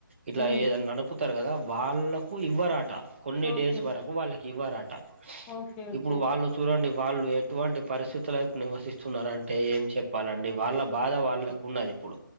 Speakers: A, on the right; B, in the centre.
A: ఇట్లా
B: హ్మ్.
A: ఏదనలపు తరు కదా వాళ్ళకు ఇ వ్వరాట కొన్ని
B: ఓకే.
A: డేస్ వరకు వాళ్ళ కి ఇవ్వరాట
B: ఓకే. ఓకే.
A: ఇప్పుడు వాళ్ళు చూడండి వాళ్ళు ఎటువంటి పరిస్థితులైపు నివసిస్తున్నారు అంటే ఏం చెప్పాలండి వాళ్ళ బాధ వాళ్ళకున్నది ఇప్పుడు